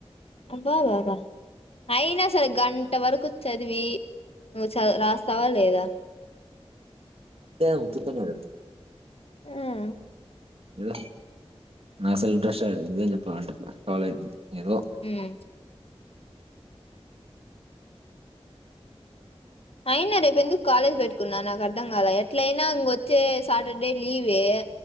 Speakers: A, on the left (about 65°); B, on the right (about 65°).
A: అబ్బా బా బ అయినా సరే గంట వరకు చదివి నువ్వు చ రాస్తావా లేదా
B: ఉత్తినే ఉత్తుత్తి నే
A: హ్మ్
B: ఏదో నా అసలు ఇంట్రెస్టే లేదు నిజం చెప్పాలంటే కాలేజ్ ఏదో
A: హ్మ్ అయినా రేపు ఎందుకు కాలేజ్ పెట్టుకున్నా నాకు అర్ అర్థం కాల ఎట్లయినా ఇంకొచ్చే సాటర్డే లీవే